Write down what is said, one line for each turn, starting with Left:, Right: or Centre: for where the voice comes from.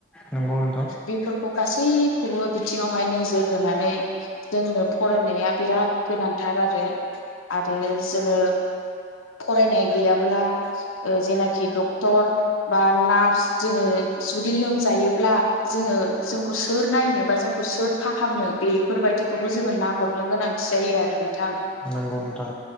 Centre: नंगौ नोंथां
Left: । बिथिङावहाय नोजोर होनानै जोंनो फरायनाया बिराद गोनांथार आरो। रो आरो जोङो। फरायनाय गैयाबोला ओ जेनाखि डक्टर बा नार्स। जोङो जुदि लोमजायोब्ला जोङो जोंखौ सोर नायनोबा जोंखौ सोर। फाहामनो बेफोरबायदिखौबो जोङो नाहरनो गोनांथि जायो आरो ना। थां
Centre: नंगौ नोंथां